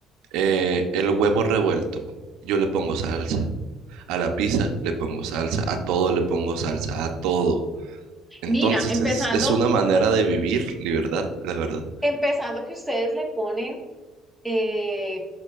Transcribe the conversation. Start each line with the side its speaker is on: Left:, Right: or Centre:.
Right: eh, el huevo revuelto. Yo le pongo salsa. A la pizza le pongo salsa. A todo le pongo salsa. A todo. Entonces
Centre: Mira, empezando,
Right: es, es una manera de vivir libertad, la verdad.
Centre: empezando que ustedes le ponen eh,